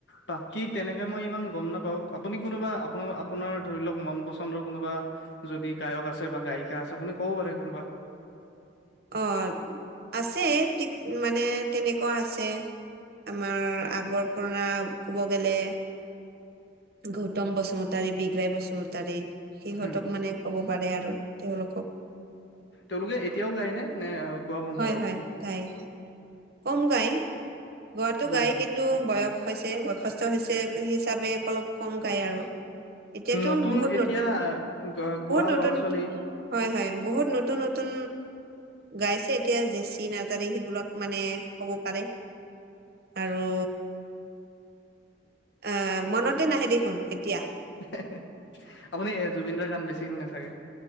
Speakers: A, on the left; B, on the right.
A: বাকী তেনেকে মই ইমান গম নাপাওঁ আপুনি কোনোবা আপোনা-আপোনাৰ ধৰি লওক মন পচন্দৰ কোনোবা যদি গায়ক আছে বা গায়িকা আছে বুলিপুনি কব পাৰে কোনোবা।
B: অ' আছে ঠিক মানে তেনেকুৱা আছে। আমাৰ আগৰ পুৰণা ক'ব গলে গৌতম বসুতাৰী বিগ্ৰাই বসুমতাৰী সিহঁতক
A: হুম
B: মানে ক'ব পাৰে আৰু তেওঁলোকক।
A: তেওঁলোকে এতিয়াও গায়নে নে গোৱা বন্ধ
B: হয়
A: হ'ল?
B: হয় গায়, কম গাই, গোৱটো
A: বুজিছোঁ
B: গায় কিন্তু টো বয়স হৈছে বয়সস্থ হৈছে হিচাপে অলপ কম গায় আৰু। এতিয়াতো
A: নতুন
B: বহুত
A: এতিয়া
B: নতুন,
A: গ
B: বহুত
A: গোৱা
B: নতুন
A: ল'ৰা
B: নতুন
A: ছোৱালী
B: হয় হয়, বহুত নতুন নতুন গাইছে এতিয়া জেচি নাৰ্জাৰী সেইবিলাক। মানে কব পাৰে, আৰু আহ মনতে নাহে দেখোন এতিয়া।
A: আপুনি জুবিনদাৰ গান বেছি শুনে চাগে।